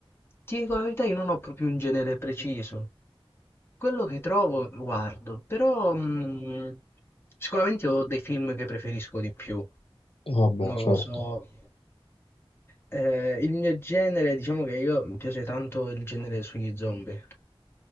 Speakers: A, on the left (about 25°); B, on the left (about 70°).
A: ti dico la verità, io non ho proprio un genere preciso. Quello che trovo lo guardo, però, mhmm, sicuramente ho dei film che preferisco di più,
B: Ah, Vabbè,
A: non
B: certo.
A: lo so. Eh, il mio genere, diciamo che io mi piace tanto il genere sugli zombie,